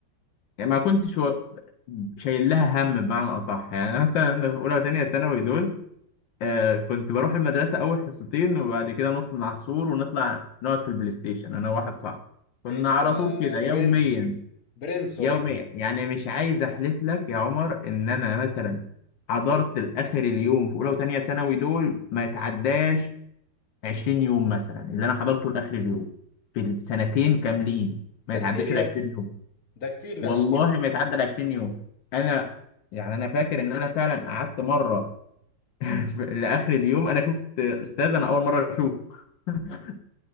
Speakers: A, on the left; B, on the left.
A: يعني ما كنتش و- شايل لها هم بمعنى اصح يعني أنا مثلا في اولى وثانيه ثانوي دول آه كنت بروح المدرسة أول حصتين وبعد كده نط من على السور ونطلع نقعد في البلاي ستيشن أنا وواحد صاحبي كنا
B: انت
A: على طول كده يوميا
B: برنس برنس والله
A: يوميا يعني مش عايز أحلف لك يا عمر إن أنا مثلا حضرت لآخر اليوم في أولى وتانية ثانوي دول ما يتعداش 20 يوم مثلا اللي أنا حضرته لآخر اليوم في السنتين كاملين
B: ده
A: ما يتعداش
B: كتير يا
A: ال 20
B: ابني
A: يوم
B: ده كتير
A: والله
B: ل 20 يوم دول
A: ما يتعدى ال 20 يوم أنا يعني أنا فاكر إن أنا فعلا قعدت مرة <laughs> لاخر اليوم انا شفت استاذ انا اول مره اشوفه <laughs>